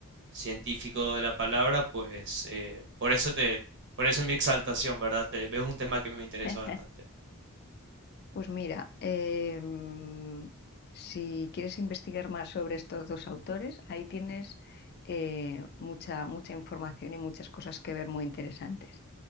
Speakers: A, on the right; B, on the left.
A: científico de la palabra, pues eh, por eso te, por eso mi exaltación, ¿verdad? Te- es un tema que me interesa
B: <laughs>
A: bastante.
B: pues mira, em, si quieres investigar más sobre estos dos autores, ahí tienes eh, mucha, mucha información y muchas cosas que ver muy interesantes.